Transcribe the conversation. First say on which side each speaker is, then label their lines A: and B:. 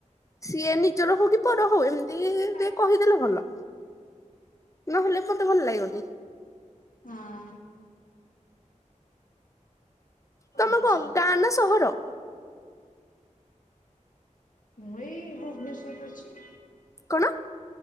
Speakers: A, on the left; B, on the left.
A: ସିଏ ନିଜର ହଉ କି ପର ହଉ ଏମିତି ଟିକେ
B: ହଁ
A: କହିଦେଲେ ଭଲ। ନହେଲେ ମତେ ଭଲ ଲାଗିବନି।
B: ହଁ।
A: ତମେ
B: ଆଚ୍ଛା
A: କଣ ଗାଁ ନା ସହର?
B: ମୁଁ ଏଇ ଭୁବନେଶ୍ଵର ରେ ଅଛି।
A: କଣ?